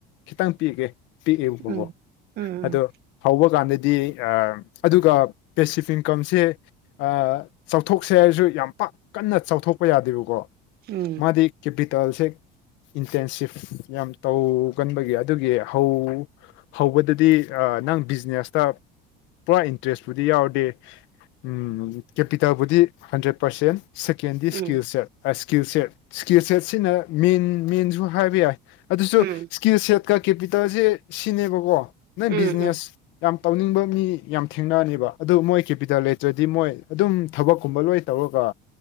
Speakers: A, on the left; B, on the right.
A: ꯈꯤꯇꯪ ꯄꯤꯒꯦ ꯄꯤꯛꯑꯦꯕꯕꯀꯣ
B: ꯎꯝ ꯎꯝ ꯎꯝ
A: ꯑꯗꯣ ꯍꯧꯕ ꯀꯥꯟꯗꯗꯤ ꯑꯥ ꯑꯗꯨꯒ ꯄꯦꯁꯤꯐꯤꯛ ꯏꯟꯀꯝꯁꯦ ꯑꯥ ꯆꯥꯎꯊꯣꯛꯁꯦ ꯍꯥꯏꯔꯁꯨ ꯌꯥꯝ ꯄꯥꯛ ꯀꯟꯅ ꯆꯥꯎꯊꯣꯛꯄ ꯌꯥꯗꯦꯕꯀꯣ
B: ꯎꯝ
A: ꯃꯥꯗꯤ ꯀꯕꯤꯇꯜꯁꯦ ꯏꯟꯇꯦꯟꯁꯤꯞ ꯌꯥꯝ ꯇꯧꯒꯟꯕꯒꯤ ꯑꯗꯨꯒꯤ ꯍꯧ ꯍꯧꯕꯗꯗꯤ ꯅꯪ ꯕꯤꯖꯤꯅꯦꯁꯇ ꯄꯨꯔꯥ ꯏꯟꯇꯔꯦꯁꯄꯨꯗꯤ ꯌꯥꯎꯔꯗꯤ ꯑꯝ ꯀꯦꯄꯤꯇꯥꯕꯨꯗꯤ ꯍꯟꯗ꯭ꯔꯦꯠ ꯄꯥꯔꯁꯦꯟ ꯁꯦꯀꯦꯟꯗꯤ ꯏꯁꯀꯤꯜꯁꯦꯠ
B: ꯎꯝ
A: ꯏꯁꯀꯤꯜ ꯁꯦꯠ ꯏꯁꯀꯤꯜ ꯁꯦꯠꯁꯤꯅ ꯃꯦꯟ ꯃꯦꯟꯁꯨ ꯍꯥꯏꯕ ꯌꯥꯏ ꯑꯗꯨꯁꯨ
B: ꯎꯝ ꯎꯝ
A: ꯀꯤꯔ ꯁꯦꯠꯀ ꯀꯦꯄꯤꯇꯜ ꯁꯦ ꯁꯤꯅꯦꯕꯀꯣ ꯅꯣꯏ
B: ꯎꯝ
A: ꯕꯤꯖꯤꯅꯦꯁ
B: ꯎꯝ
A: ꯌꯥꯝ ꯇꯧꯅꯤꯡꯕ ꯃꯤ ꯌꯥꯝ ꯊꯦꯡꯅꯅꯦꯕ ꯑꯗꯨ ꯃꯣꯏ ꯀꯦꯄꯤꯇ°ꯜ ꯂꯦꯇ꯭ꯔꯗꯤ ꯃꯣꯏ ꯑꯗꯨꯝ ꯊꯕꯛꯀꯨꯝꯕ ꯂꯣꯏ ꯇꯧꯔꯒ